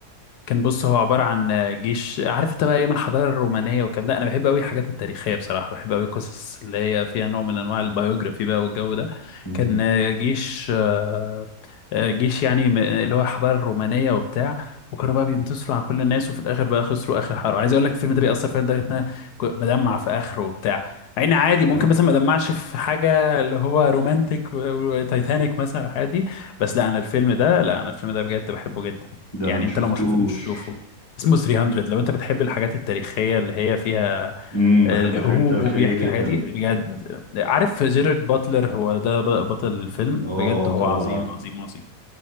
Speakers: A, on the left (about 80°); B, on the left (about 20°).
A: كان بص هو عباره عن جيش عارف انت بقى ايام الحضاره الرومانيه والكلام ده انا بحب قوي الحاجات التاريخيه بصراحه بحب قوي القصص اللي هي فيها نوع من انواع البيوجرافي بقى والجو ده
B: مم،
A: كان جيش آه، آه، جيش يعني م- اللي هو الحضاره الرومانيه وبتاع وكانوا بقى بينتصروا على كل الناس وفي الاخر بقى خسروا اخر حرب عايز اقول لك الفيلم ده بيأثر فيا لدرجه ان انا ك- بدمع في اخره وبتاع مع ان عادي
B: بجد؟
A: ممكن مثلا ما ادمعش في حاجه اللي هو رومانتك و- وتايتانيك مثلا الحاجات دي بس لا انا الفيلم ده لا انا الفيلم ده بجد بحبه جدا
B: ده
A: يعني
B: انا ما
A: انت
B: شفتوش
A: لو ما شفتوش شوفه اسمه 300 لو انت بتحب الحاجات التاريخية اللي هي فيها
B: امم
A: الحروب
B: بحب الحاجات التاريخية
A: وبيحكي
B: جدا
A: حاجات دي بجد عارف جيرارد باتلر هو ده ب- بطل الفيلم
B: اه
A: بجد هو
B: طبعا
A: اه عظيم
B: عارفه
A: عظيم عظيم